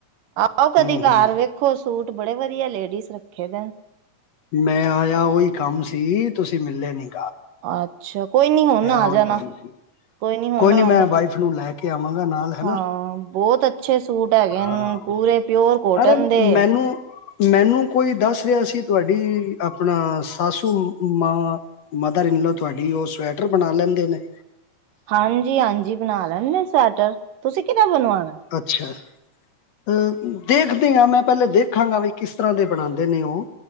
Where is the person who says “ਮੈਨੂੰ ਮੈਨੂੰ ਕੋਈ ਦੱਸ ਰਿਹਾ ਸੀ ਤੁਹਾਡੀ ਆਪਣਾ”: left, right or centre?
Left